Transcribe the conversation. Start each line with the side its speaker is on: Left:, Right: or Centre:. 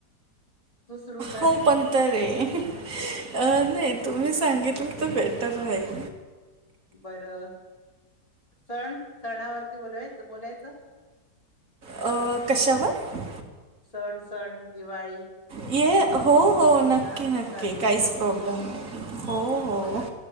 Left: तू सुरू कर
Right: हो पण तर आहे अ नाही तुम्ही सांगितलं तर बेटर राहील.
Left: बरं सण सणावरती बोलावायचं बोलायचं!
Right: अ कशावर -
Left: सण सण दिवाळी -
Right: ये हो हो नक्की
Left: हा
Right: नक्की
Left: चालेल
Right: काहीच प्रॉब्लेम नाही हो हो
Left: बरं